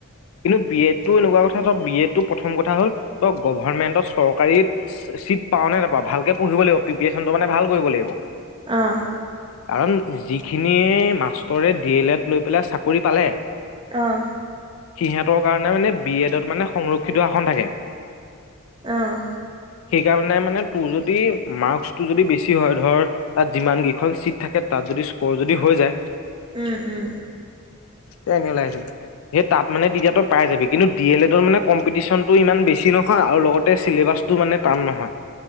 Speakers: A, on the left (about 70°); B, on the right (about 25°).
A: কিন্তু বি এডটো এনেকুৱা কথা থ বি এডটো প্ৰথম কথা হ'ল তই গভৰ্মেণ্টত চৰকাৰী চিট পাওঁ নে নাপাওঁ ভালকে পঢ়িব লাগিব। প্ৰিপেৰেচনটো মানে ভাল কৰিব লাগিব।
B: অঁ
A: কাৰণ যিখিনিয়ে মাষ্টৰে ডি এল এড লৈ পেলাই চাকৰি পালে
B: অঁ
A: সিহঁতৰ কাৰণে মানে বি এডত মানে সংৰক্ষিত আসন থাকে।
B: অঁ
A: সেইকাৰণে মানে তোৰ যদি মাৰ্কচটো যদি বেছি হয়, ধৰ তাত যিমান কেইখন চিট থাকে, তাত যদি স্ক'ৰ যদি হৈ যায়
B: উম উম।
A: এ এনেই ওলাই আহিছিলো। সেই তাত মানে কেতিয়াবা তই পাই যাবি, কিন্তু ডি এল এডৰ মানে কম্পিটিচনটো ইমান বেছি নহয় আৰু লগতে চিলেবাছ টো মানে টান নহয়।